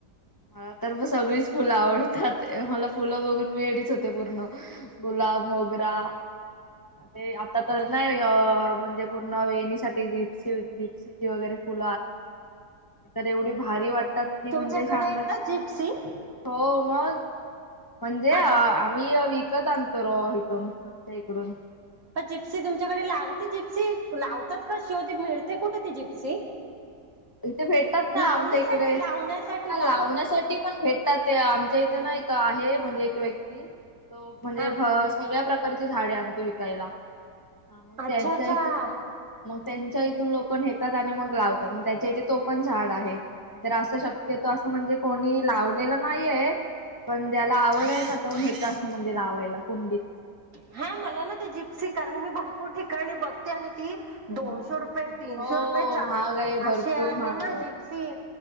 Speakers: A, on the left; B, on the right.
A: मला तर सगळीच फुलं आवडतात मला फुलं बघून वीळीच होते पूर्ण ग क मोगरा ते आता तर नाही अ म्हणजे पूर्ण वेणीसाठीठीप्सिप्सीची वगैरे फ एव भारी वातात
B: तुमच्याकडे
A: म्हण सांगा
B: येतात जिप्सी
A: हो मग म्हणजे
B: अरे
A: आम्ही विकत आणतो इथून आमच्या इकडून
B: प जिप्सी तुमच्याकडे लागते जिप्सी लावतात कशी होती मिळते कुठे त जिप्सी
A: इथे भेटतात ना
B: लावण्यासाठी
A: आमच्या इकडे
B: लावण्यासाठी
A: ह लावण्यासाठी पण भेटतात ते आमच्या इथे ना आहे म्हणजे एक व्यक्ती म्हणजे
B: हा
A: सगळ्या प्रकार झाडे आण विकायला मग
B: अच्छा
A: त्यांच्या
B: अच्छा
A: त्यांच्या इथून लोक नेतात आणि मग लावतात त्याच्या इथे तो पण झाड आहे नाहीतर असं शक्यतो असं म्हणजे कोणी लावलेलं नाहीय पण ज्याला आवड आहे ना त हेच असं म्हणजे लावायला कोंडीत.
B: हा मला ना ती जिप्सी कारण मी भरपूर ठिकाणी बघते आणि ती दोनशे रुप तीनशे
A: हो
B: रुपयेच्या
A: महाग आहे भरपूर
B: असे आहे
A: महाग
B: ना जिप्सी